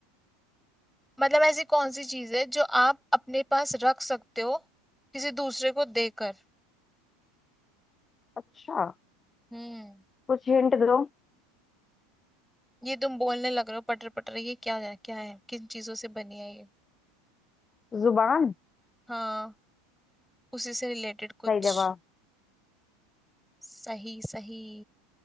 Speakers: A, in the centre; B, on the left.
A: मतलब ऐसी कौन सी चीज है जो आप अपने पास रख सकते हो किसी दूसरे को देकर
B: अच्छा
A: हम्म
B: कुछ हिंट दो
A: ये तुम बोलने लग रहे हो पटर पटर ये क्या है क्या है किन चीजों से बनी है ये
B: जुबान
A: हाँ उसी से रिलेटेड कुछ
B: सही जवाब
A: सही सही